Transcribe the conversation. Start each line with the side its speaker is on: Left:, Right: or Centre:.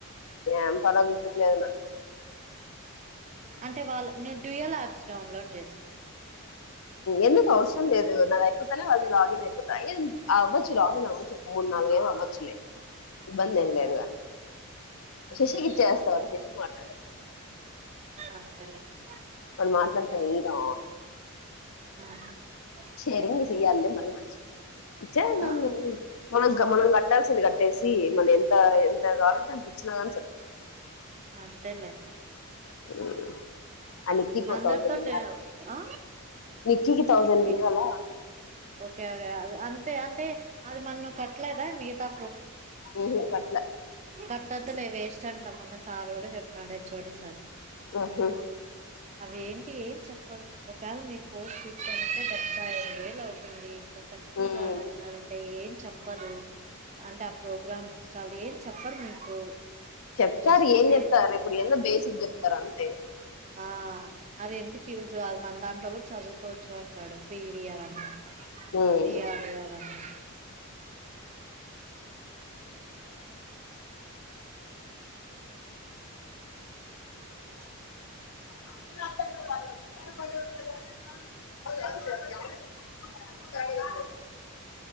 Left: ఎం పడో గుర్తుకులేదు నాక్
Right: అంటే వాళ్ళు ను డ్యయల్ యాప్స్ డౌన్లోడ్ చేసుకో
Left: ఎందుకు అవసరం లేదు నాది అయిపోతనే వాళ్ళది లాగిన్ అయిపోతా అవ్వచ్చు లాగిన్ అవ్వచ్చు మూడు నాలుగు ఏం అవ్వదు లే ఇబ్బంది ఏం లేదు
Right: ఆహా
Left: కానీ
Right: ఉహు
Left: శశికి ఇచ్చేస్తావాడు శశికి మాట్లాడేస్తడు
Right: అంతేలే ఉహు
Left: వాడు మాట్లాడతాను ఈ రా
Right: హ్మ్
Left: షేరింగ్ చేయాలిలే మళ్ళ మరిచి ఇచ్చేదండి
Right: ఆ
Left: మనం గమ్మున మనం కట్టాల్సింది కట్టేసి మళ్ళీ ఎంత ఎంత కావాలంటే అంత ఇచ్చినా కాని సరి
Right: అంతేలే
Left: సరిపోతుంది ఆ నిక్కీకో
Right: అందరితోటే
Left: థౌజండ్
Right: ఆ
Left: నిక్కీ కి థౌజండ్
Right: ఓకే
Left: ఇయ్యాల
Right: ఓకే అ అంతే అంటే అది మను కట్లేదా మిగతా
Left: ఉహు గట్ల
Right: కట్ వద్దులే వేస్ట్ అంట మొన్న సార్ కూడా చెప్పినాడు హెచ్ఓడి సార్
Left: ఊహూ
Right: అవి ఏంటి ఏం చెప్పరు ఒకవేళ మీరు కోర్స్ తీసుకోవాలంటే డెబ్బై ఐదు వేలు అవుతుంది పిండి ఇంత తక్కువ
Left: ఉమ్
Right: చేస్తున్నారంటే ఏం చెప్పరు అంటే ఆ ప్రోగ్రామ్ ఇన్స్టాల్ ఏం చెప్పరు మీకు
Left: చెప్తారు
Right: జస్ట్
Left: ఏం
Right: బేసిక్స్
Left: చెప్తారు ఇప్పుడు ఎందో బేసిక్ చెప్తారు అంతే
Right: ఆ అది ఎందుకు యూజ్ అది మన దాంట్లో కూడా చదువుకోవచ్చు అంటాడు పివీ అవన్నీ
Left: ఉమ్
Right: సి ఆరు అవన్నీ
Left: మీందడి అ మదా స